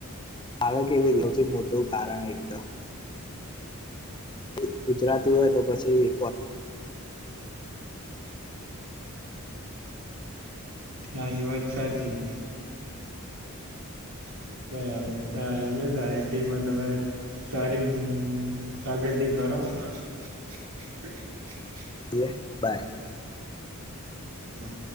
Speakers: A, on the left; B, on the right.
A: આવે કેવી રીતે? સૌથી મોટું કારણ એ તો એ ગુજરાતી હોય તો પછી
B: હા એ વાત સાચી. બરાબર સારું તો આઈ ટી
A: <inaudible> બાય.
B: હા.